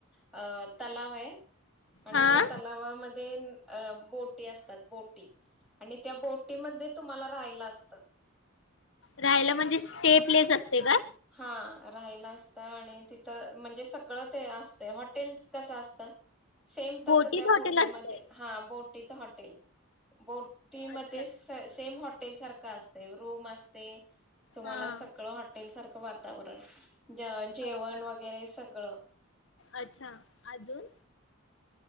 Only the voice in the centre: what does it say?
अ तलाव आहे आणि
त्या तलावामध्ये अ त्या असतात बोटी आणि बोटी मध्ये तुम्हाला राहायला असतं.
हा राहिला असतं आणि तिथं म्हणजे सगळं ते असतंय हॉटेल कसं असतं सेम
तसं त्या
बोटीमध्ये
हा बोट तं हॉटेल बोटी मध्ये
स सेम हॉट टेल सारखं असतंय रूम असते. तुम्हाला
सगळं हॉटेल सारखं तावरण ज्या जेवण
वगैरे सगळं